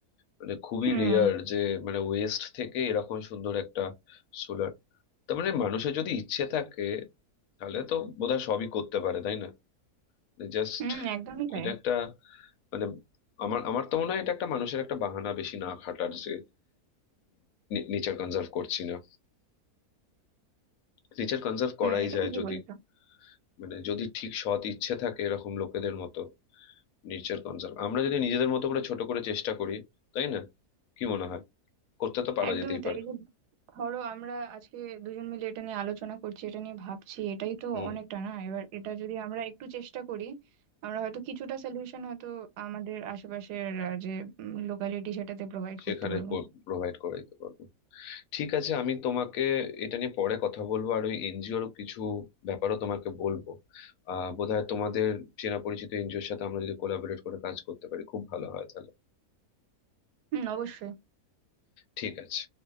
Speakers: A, on the left; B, on the right.
A: মানে খুবই
B: হুম
A: রেয়ার যে মানে ওয়েস্ট থেকে এরকম সুন্দর একটা সোলার তার মানে মানুষের যদি ইচ্ছে থাকে তাহলে তো বোধহয় সবই করতে পারে তাই না জাস্ট
B: হুম একদমই তাই
A: এটা একটা মানে আমার আমার তো মনে হয় এটা একটা মানুষের একটা বাহানা বেশি না খাটার যে নেচার কনজার্ভ করছি না নেচার কনজার্ভ করাই
B: হুম এটা
A: যায়
B: ঠিকই
A: যদি
B: বলেছো
A: মানে যদি ঠিক সৎ ইচ্ছে থাকে এরকম লোকেদের মতো নেচার কনজার্ভ আমরা যদি নিজেদের মতো করে ছোট করে চেষ্টা করি তাই না কি মনে হয় করতে তো পারা
B: একদমই
A: যেতেই
B: তাই
A: পারে
B: এই যে ধরো আমরা আজকে দুজন মিলে এটা নিয়ে আলোচনা করছি এটা নিয়ে ভাবছি এটাই তো
A: হুম
B: অনেকটা না এবার এটা যদি আমরা একটু চেষ্টা করি আমরা হয়তো কিছুটা সলিউশন হয়তো আমাদের আশেপাশের আহ, যে লোকালিটি সেটাতে প্রোভাইড
A: সেখানে
B: করতে পারবো
A: প্রোভাইড করে দিতে পারবো ঠিক আছে আমি তোমাকে এটা নিয়ে পরে কথা বলবো আর ওই এনজিওর কিছু ব্যাপারও তোমাকে বলবো আহ বোধহয় তোমাদের চেনা পরিচিত এনজিওর সাথে আমরা যদি কোলাবোরেট করে কাজ করতে পারি খুব ভালো হয় তাহলে
B: হুম অবশ্যই
A: ঠিক আছে